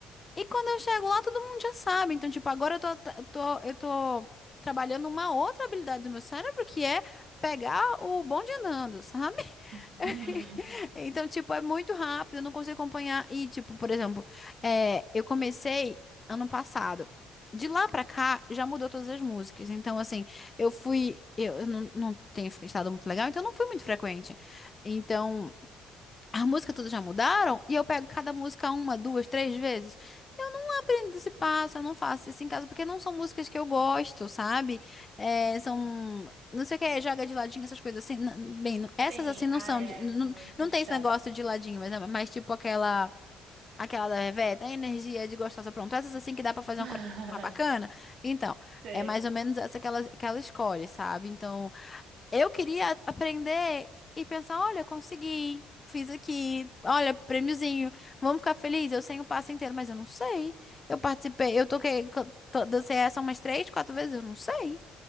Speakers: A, on the left (about 30°); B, on the right (about 70°).
A: E quando eu chego lá, todo mundo já sabe. Então, tipo, agora eu tô, tô- eu tô trabalhando uma outra habilidade do meu cérebro, que é pegar o bonde andando, sabe?
B: <laughs>
A: <laughs> Então, tipo, é muito rápido, eu não consigo acompanhar. E, tipo, por exemplo, é, eu comecei ano passado. De lá pra cá, já mudou todas as músicas. Então, assim, eu fui. Eu eu não, não tenho estado muito legal, então eu não fui muito frequente. Então. A música todas já mudaram e eu pego cada música uma, duas, três vezes. Eu não aprendo esse passo, eu não faço isso em casa, porque não são músicas que eu gosto, sabe? É, são. Não sei o que é, joga de ladinho, essas coisas assim. N- Bem, não- essas
B: Sim,
A: assim não
B: ah,
A: são.
B: é
A: de- Não,
B: muito
A: não não
B: chato.
A: tem esse negócio de ladinho, mas, é mais tipo aquela. Aquela da Reveta, a energia de gostosa, pronto. Essas assim que dá pra fazer
B: <laughs>
A: uma coisa mais bacana. Então,
B: Sim,
A: é mais ou menos essa que ela, que ela escolhe, sabe? Então. Eu queria aprender e pensar, olha, consegui, fiz aqui, olha, prêmiozinho, vamos ficar felizes. Eu sei o passo inteiro, mas eu não sei. Eu participei, eu toquei, co- to- dancei essa umas três, quatro vezes, eu não sei.